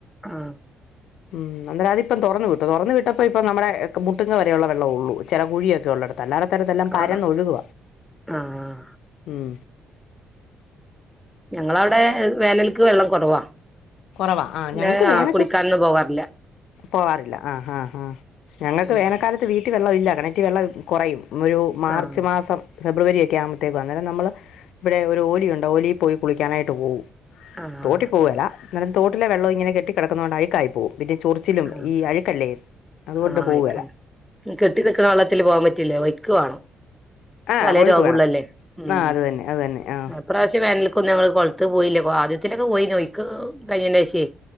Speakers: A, in the centre; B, on the left.
A: ആഹ്
B: ഉം അന്നേം അതിപ്പം തുറന്നു വിട്ടു തുറന്നു വിട്ടപ്പോ ഇപ്പ നമ്മുടെ മുട്ടുങ്ങ വരെയുള്ള വെള്ളം ഉള്ളൂ ചില കുഴിയൊക്കെ ഉള്ളടത്ത് അല്ലായിടത്തടുത്തെല്ലാം എല്ലാം
A: ആഹ്
B: പരന്ന ഒഴുകുക
A: ആഹ്
B: ഉം
A: ഞങ്ങളവിടെ വേനലക്ക് വെള്ളം കുറവാ
B: കുറവാ ആഹ്
A: പിന്നെ
B: ഞങ്ങക്ക് വേനൊക്കെ
A: ആഹ് കുളിക്കാനൊന്നും പോവാറില്ല
B: പോവാറില്ല ആ് ആഹ് ആഹ് ഞങ്ങൾക്ക്
A: ഉം
B: വേനൽക്കാലത്ത് വീട്ടിൽ കിണറ്റിൽ വെള്ളമില്ല കിണറ്റിൽ വെള്ളം കുറയും ഒരു മാർച്ച്
A: ആഹ്
B: മാസം ഫെബ്രുവരി ആകുമ്പത്തേക്ക് അന്നേരം നമ്മൾ ഇവിടെ ഒരു ഓലി ഉണ്ട് ഓലിയിൽ പോയി കുളിക്കാനായിട്ട് പോകും
A: ആഹ്
B: തോട്ടിൽ പോവലല്ല എന്നാലും തോട്ടിലെ വെള്ളവും ഇങ്ങനെ കെട്ടി കിടക്കുന്ന കൊണ്ട് അഴുക്കായി പോകും പിന്നെ ചൊറിച്ചിലും
A: ആഹ്
B: ഈ അഴുക്കല്ലേ അതുകൊണ്ട്
A: ആഹ്
B: പോവുവേല
A: അയ്ക്കാണ് കെട്ടി നിക്കുന്ന വെള്ളത്തിൽ പോവാൻ പറ്റില്ലേ വയ്ക്കുവാണോ
B: ആ
A: പല
B: ഒഴുക്ക്
A: രോഗമുള്ളല്ലേ
B: വേണം
A: ഉം
B: ആ അത് തന്നെ അത് തന്നെ ആ
A: ഇപ്രാവശ്യം വേനൽ ഇ ങ്ങള് കൊളത്ത് പോയില്ലേക്ക ആദ്യത്തിലൊക്കെ പോയി നോയിക്ക് കഴിഞ്ഞയിന് ശേഷമേ